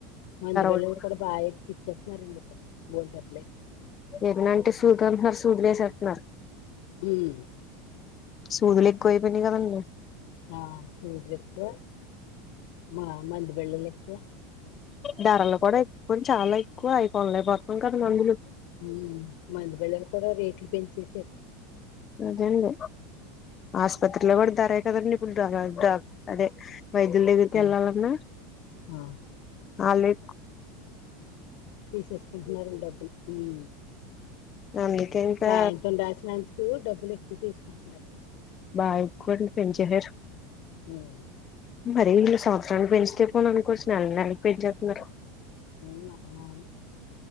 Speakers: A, on the left; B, on the left.
A: మందు బిల్ళలు
B: వచ్చి
A: కూడా బాగా ఎక్కిచ్చేస్తున్నారండి ఇప్ బోల్ డబ్బులు అయి
B: ఏమనంటే సూగా మా సూదులు వేసేత్నరు
A: వ్మ్
B: సూదులు ఎక్కువ అయిపోయినాయి కదండి
A: ఆ సూర్ జెప్పే మా మందిబెళ్ళలు ఎక్కువ
B: ధరలు కూడా ఎక్కువ చాలా ఎక్కువ అయి కోనలేపోతాం కద మందులు
A: వ్మ్ మందుబిల్లలు కూడా రేట్లు పెంచేసారు
B: అదేండి ఆస్పత్రిలో కూడా ధరే కదండి ఇప్పుడు ధర ద అదే వైద్యుల దగ్గరికి
A: ఉమ్
B: వెళ్ళాలన్నా
A: ఆ
B: ఆళ్ళే
A: తీసేసుకుంటున్నారన్ డబ్బులు
B: అందుకే ఇంకా
A: సాయంత్రం దాచినందుకు డబ్బులు ఎక్కువ తీసుకుంటున్నారు.
B: బాయకు పెంచేసారు
A: హ్మ్
B: మరి ఇళ్లు సంవత్సరానికి పెంచితే పోను అనుకోవచ్చు నెల నెలకి పెంచేత్నరు
A: ఊ అవువును